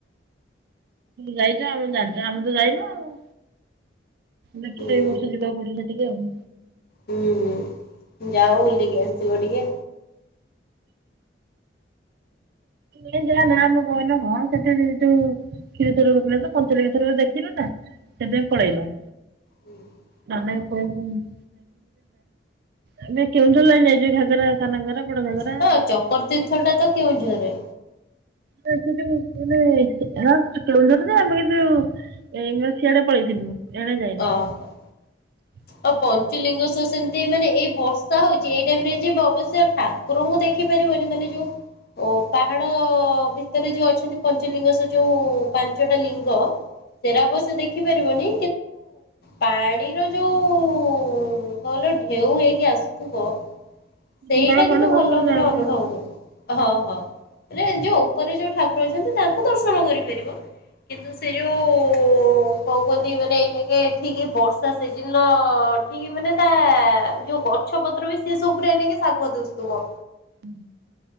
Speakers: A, on the right; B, on the left.
A: ଯାଇଚ ଆମେ ଜା ଆମେ ତ ଯାଇନୁ ଆଉ। ଦେଖିଲ
B: ହୁଁ
A: ଏଇ ବର୍ଷ ଯିବାକୁ ପଡିଲା ଟିକେ ଆଉ।
B: ହୁଁ ହୁଁ ଯାଅ ବୁଲିକି ଆସିବ ଟିକେ।
A: ସେ ଜାଗା ନା ମ କହନା ହଁ ସେଠି ଜୀବିତ ଆଉ କ୍ଷୀରଚୋରା ଗୋପିନାଥ, ପଞ୍ଚଲିଙ୍ଗେଶ୍ଵର ଦେଖିନୁ ନା ସେଥିପାଇଁ ପଳେଇଲ।
B: ହୁ ହୁଁ
A: ନା ନା ସେ ଯୋଉ <unintelligible> ଆମେ କେଉଁଝର ଲାଇନ ଯାଇଚୁ ଏ ଘାଗର ସାନଘାଗରା ବଡ ଘାଗରା
B: ହଁ ଚକର ତୀର୍ଥ ଟା ତ କେଉଁଝରରେ।
A: ସେ ସେ ଯୋଉ ମାନେ ହଁ କେଉଁଝର ଯେ ଆମେ କିନ୍ତୁ ଏଇନା ସିଆଡେ ପଳେଇଥିଲୁ। ଏଣେ ଯାଇନୁ
B: ଓହୋ!
A: <inaudible>
B: ଅ ପଞ୍ଚଲିଙ୍ଗେଶ୍ଵର ସେମିତି ମାନେ ଏଇ ବର୍ଷା ହଉଚି ଏଇ ଟାଇମରେ ଯିବ ଅବଶ୍ୟ ଠା ଠାକୁରଙ୍କୁ ଦେଖିପାରିବନି ମାନେ ଯୋଉ ଓ ପାହାଡ ଭିତରେ ଯୋଉ ଅଛନ୍ତି ପଞ୍ଚଲିଙ୍ଗେଶ୍ଵର ଯୋଉ ପାଞ୍ଚଟା ଲିଙ୍ଗ ସେଇଟା ଅବଶ୍ୟ ଦେଖି ପାରିବନି
A: <inaudible>
B: ପାଣିର ଯୋଉ କହିଲ ଢେଉ ହେଇକି ଆସୁଥିବ? ସେଇଟା
A: ଧରଣା ଫରଣା
B: କିନ୍ତୁ
A: ସବୁ
B: ଭଲ
A: ଗଲେ
B: ମାନେ
A: ଆଉ
B: ଅନୁଭବ କରିବ। ହଁ ହଁ, ମାନେ ଯୋଉ ଉପରେ ଯୋଉ ଠାକୁର ଅଛନ୍ତି ତାଙ୍କୁ ଦର୍ଶନ କରିପାରିବ କିନ୍ତୁ ସେ ଯୋଉ କଣ କୁହନ୍ତି ମାନେ, ଏଇ ଠିକ୍ ବର୍ଷା ସିଜିନ୍ ର ଠିକ୍ ମାନେ ତା ଯୋଉ ଗଛ ପତ୍ର ବି ସେ ସବୁଗୁଡାକ ବି ଶାଗୁଆ ଦୁଶଥିବ
A: ହୁଁ